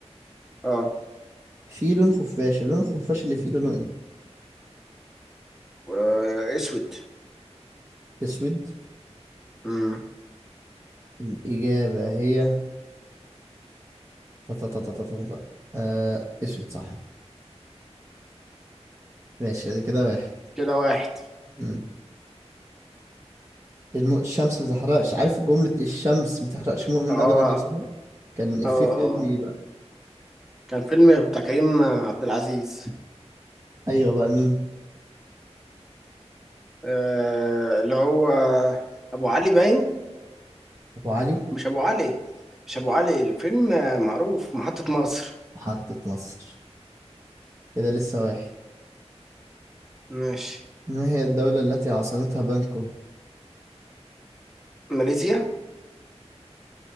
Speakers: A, in the centre; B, on the right.
A: اه
B: فيه لون خفاش اللون الخفاش اللي فيه لونه ايه
A: آه، اسود
B: اسود
A: امم
B: الاجابة هي تا تا تا تا تا تا تا. آه اسود صح ماشي ادي كده واحد
A: كده واحد
B: امم الم... الشمس ما تحرقش عارف جملة الشمس ما تحرقش مؤمن
A: اه
B: ابدا يا صبحي كان افيه
A: اه
B: في فيلم
A: اه
B: ايه بقى
A: كان فيلم بتاع كريم عبد العزيز
B: ايوه بقى مين
A: آه اللي هو ابو علي باين
B: ابو علي
A: مش ابو علي مش ابو علي الفيلم آه، معروف محطة مصر
B: محطة مصر كده لسه واحد
A: ماشي
B: ما هي الدولة التي عاصمتها بانكوك؟
A: ماليزيا